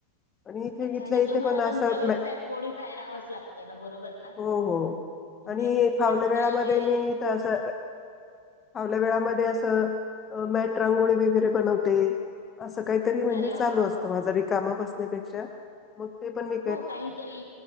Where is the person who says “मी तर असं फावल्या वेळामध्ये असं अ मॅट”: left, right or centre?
Left